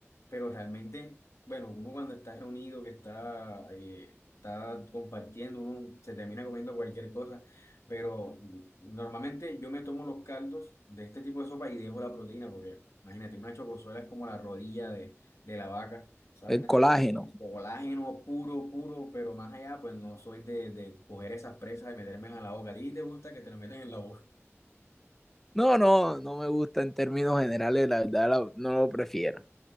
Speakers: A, on the left; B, in the centre.
A: pero realmente, bueno, uno cuando está reunido, que está, eh, está compartiendo, uno se termina comiendo cualquier cosa, pero mm, normalmente yo me tomo los caldos de este tipo de sopa y dejo la proteína, porque imagínate, una chocosuela es como la rodilla de, de la vaca, ¿sabes?
B: el colágeno.
A: Sí, Colágeno puro, puro, pero más allá, pues no soy de, de coger esas presas y metérmelas en la boca. ¿A ti te gusta que te la metan en la boca?
B: No, no, no me gusta en términos generales, la verdad la- no lo prefiero.